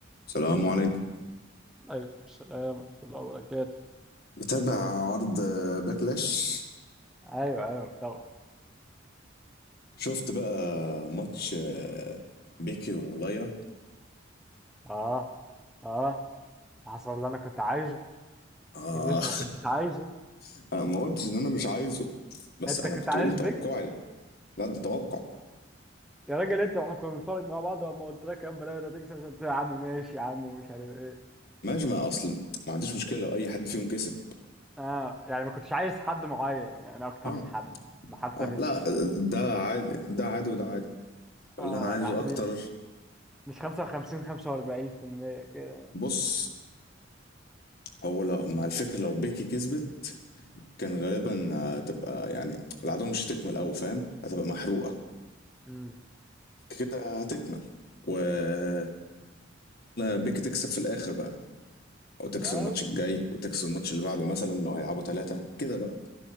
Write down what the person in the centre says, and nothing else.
عليكم السلام ورحمة الله وبركاته
ايوه ايوه طبعا
اه اه حصل اللي انا كنت عايزه
اللي انت ما كنتش <laughs> عايزه
انت
كنت
عايز
بيكي
يا راجل انت واحنا كنا بنتفرج مع بعض لما قلت لك يا بلاش لا تكسب مش قلت لي يا عم ماشي يا عم ومش عارف ايه
اه يعني ما كنتش عايز حد معين يعني اكتر
من حد ما حتى
مش
اه
يعني
م- مش 55 45% كده
امم
آه.